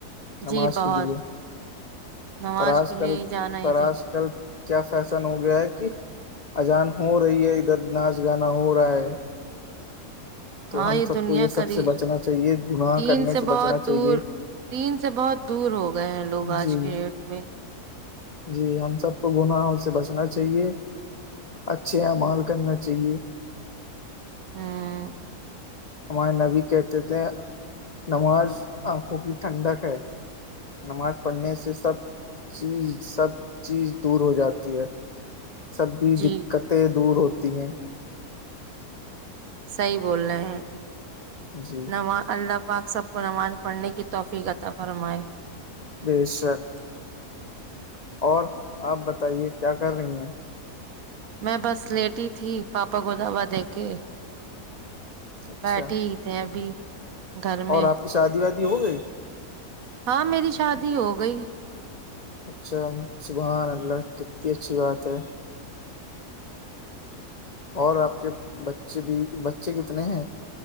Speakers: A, on the left; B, on the right.
A: نماز
B: جی بہت
A: کے لیے
B: نماز
A: پر آج
B: کے
A: کل
B: لیے ہی جانا
A: پر
B: ہی چاہیے
A: آج کل کیا فیشن ہو گیا ہے کہ اذان ہو رہی ہے ادھر ناچ گانا ہو رہا ہے تو
B: ہاں
A: ہم
B: یہ
A: سب
B: دنیا
A: کو سب
B: کری
A: سے بچنا چاہیے گناہ
B: دین
A: کرنے
B: سے بہت
A: بچنا چاہیے
B: دور دین سے بہت دور ہو گئے ہیں لوگ آج
A: جی
B: کے ڈیٹ میں
A: جی ہم سب کو گناہوں سے بچنا چاہیے اچھے اعمال کرنا چاہیے
B: ہ
A: ہمارے نبی کہتے تھے نماز آنکھوں کی ٹھنڈک ہے نماز پڑھنے سے سب سب چیز سب چیز دور ہو جاتی ہے سبھی
B: جی
A: دقتیں دور ہوتی ہیں
B: صحیح بول رہے ہیں
A: جی
B: نماز اللہ پاک سب کو نماز پڑھنے کی توفیق عطا فرمائے
A: بے شک اور آپ بتائیے کیا کر رہی ہیں
B: میں بس لیٹی تھی پاپا کو دوا دے کے
A: اچھا
B: بیٹھی ہے ابھی گھر میں
A: اور آپ کی شادی وادی ہو گئی
B: ہاں میری شادی ہو گئی
A: اچھا سبحان اللہ کتنی اچھی بات ہے اور آپ کے بچے بھی بچے کتنے ہیں